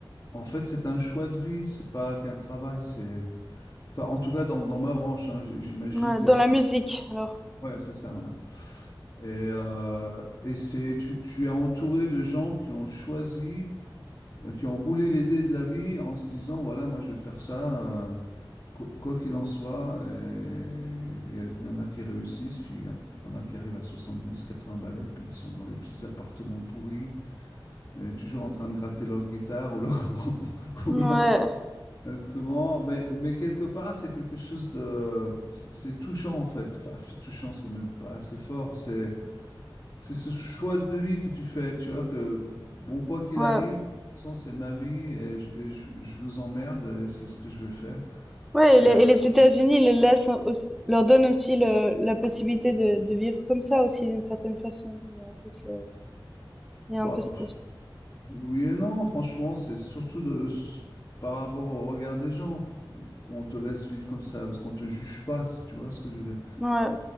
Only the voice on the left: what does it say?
en fait, c'est un choix de vie, c'est pas qu'un travail, c'est. Enfin, en tout cas, dans, dans ma branche, hein, j- j'imagine
que
si.
Ouais, c'est ça. ouais. Et, euh, et c'est, tu, tu es entouré de gens qui ont choisi, euh, qui ont roulé les dés de la vie en se disant, voilà, moi je vais faire ça. euh, Quoi quoi qu'il en soit, euh, il y, a- il y en a qui réussissent, puis il y en a qui arrivent à soixante-dix quatre-vingts ballets, puis ils sont dans des petits appartements pourris, euh, toujours en train de gratter leur guitare ou leur, <laughs> ou
leur instrument. Mais, mais quelque part, c'est quelque chose de... C'est c'est touchant, en fait. Enfin, c'est touchant, c'est même pas assez fort. C'est, c'est ce choix de vie que tu fais, tu vois, que, bon, quoi qu'il
arrive, de toute façon, c'est ma vie, et je, et je- je vous emmerde, et c'est ce que je vais faire.
Et,
euh,
bah,
Oui et non, franchement, c'est surtout de, s- par rapport au regard des gens qu'on te laisse vivre comme ça, parce qu'on te juge pas, si tu vois ce que je veux dire.